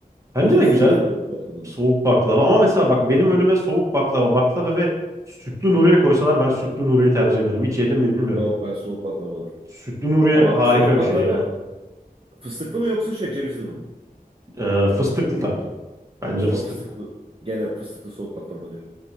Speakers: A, on the right; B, on the right.
A: Bence
B: Alıyorsun
A: de güzel
B: yani o güzel tadını.
A: soğuk baklava ama mesela bak benim önüme soğuk baklava, baklava ve sütlü Nuriye koysalar ben sütlü Nuriye'yi tercih ederim. Hiç yedim mi bilmiyorum.
B: Yok ben soğuk baklava alırım.
A: Sütlü Nuriye
B: Ama
A: harika
B: soğuk baklava
A: bir şey ya.
B: fıstıklı mı yoksa şey cevizli mi?
A: Ee, fıstıklı tabii. Bence
B: O zaman
A: fıstıklı.
B: fıstıklı. Gene fıstıklı soğuk baklava diyorum.